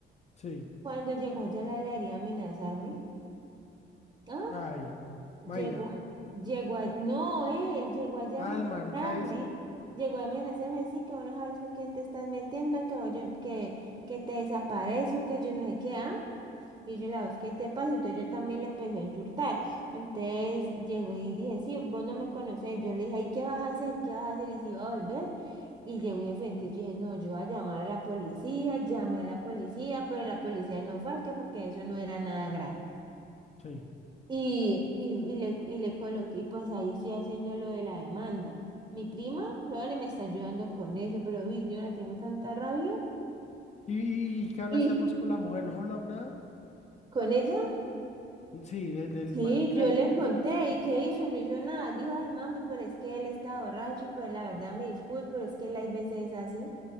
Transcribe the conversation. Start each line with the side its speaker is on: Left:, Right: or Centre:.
Left: sí.
Right: Cuando llegó allá la le haría amenazarme. ¿Ah?
Left: Ay, no.
Right: Llegó,
Left: Mayra.
Right: a- llegó a, no, él llegó allá
Left: Ah,
Right: a amenazarme.
Left: el marica ese.
Right: Llegó a amenazarme, sí, que vos no sabes con quién te estás metiendo, que, vos yo- que, que te desaparezco, que yo no sé qué, ¿ah? Y yo la voz, ¿qué te pasa? Entonces yo también le empecé a insultar. Entonces llegó y dije, sí, vos no me conocés. Yo le dije, ay, ¿qué vas a hacer? ¿Qué vas a hacer? Y si iba a volver. Y llegó y de frente, yo dije, no, yo voy a llamar a la policía, llamé a la policía, pero la policía no fue, que porque eso no era nada grave.
Left: Sí.
Right: Y, y, y le, y le coloqué, y pues ahí estoy haciendo lo de la demanda. Mi prima, Lore, me está ayudando con eso, pero uy, yo la tengo tanta rabia.
Left: ¿Y, y- y qué hablaste
Right: Y
Left: vos con la mujer? ¿No has hablado nada?
Right: ¿Con ella?
Left: Sí, de- del
Right: Sí,
Left: marica
Right: yo
Left: ese.
Right: le conté, ¿y qué hizo? No hizo nada. Dijo, ay, mami, pero es que él está borracho y pues la verdad me disculpo, pero es que él hay veces es así.